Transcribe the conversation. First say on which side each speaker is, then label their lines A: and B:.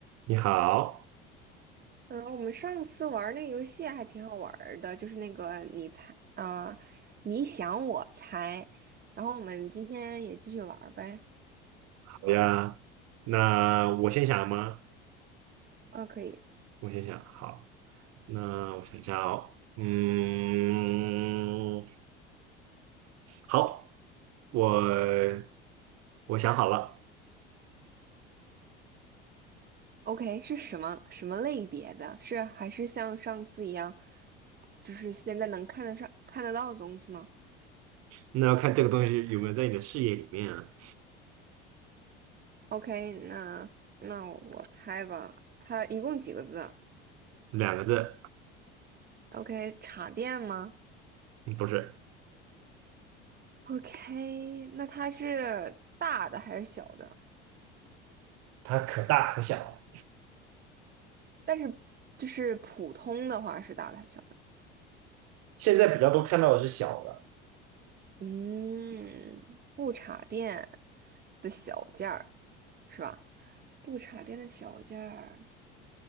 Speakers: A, on the right (about 55°); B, on the right (about 30°).
A: 你好，
B: 嗯，我们上次玩那个游戏还挺好玩儿的，就是那个你猜，啊、你想我猜，然后我们今天也继续玩儿呗。
A: 好呀。那我先想吗？
B: 啊，可以
A: 我先想，好。那我想一下哦，嗯，好，我我想好了。
B: ，OK，是什么什么类别的？是还是像上次一样，就是现在能看得上、看得到的东西吗
A: 那要看这个东西有没有在你的视野里面啊。
B: ？OK，那那我猜吧，它一共几个字
A: 两个字，
B: ？OK，插电吗
A: 嗯不是，
B: ？OK，那它是大的还是小的？
A: 它可大可小。
B: 但是就是普通的话是大的还是小的？
A: 现在比较多看到的是小的。
B: 嗯，不插电的小件儿是吧？不插电的小件儿，